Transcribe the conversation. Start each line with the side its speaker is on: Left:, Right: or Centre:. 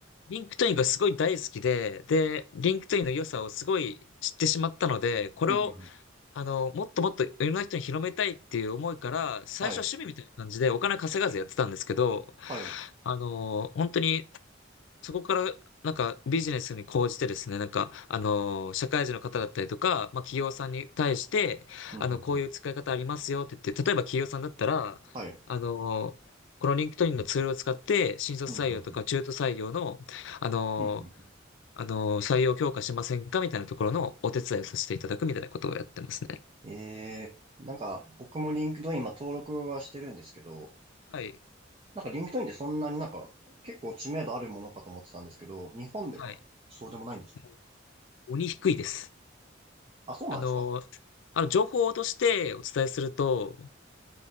Left: リンクトインがすごい大好きで、で、リンクトインの良さをすごい知ってしまったので、これを、
Right: ふんふんふん
Left: あの、もっともっといろんな人に広めたいっていう思いから、最初は趣味みたいな感じでお金稼がずやってたんですけど、
Right: はい、はい。
Left: あの、本当にそこから、なんかビジネスに講じてですね、なんか、あのー社会人の方だったりとか、まあ企業さんに対して、
Right: ふんふんふん
Left: あの、こういう使い方ありますよって言って、例えば企業さんだったら、
Right: はい。
Left: あのーこのリンクトインのツールを使って、新卒採用とか中途採用の、
Right: ふんふんふん
Left: あのー
Right: ふんふんふ
Left: あのー採用強化しませんかみたいなところのお手伝いをさせていただくみたいなことをやってますね。
Right: んえー、なんか僕もリンクドイン今登録はしてるんですけど、
Left: はい。
Right: なんかリンクドインってそんなになんか結構知名度あるものかと思ってたんですけど、日本ではそうでもないんですか
Left: はい。もう鬼低いです。
Right: あ、そうなんですか
Left: あのーあの、情報としてお伝えすると、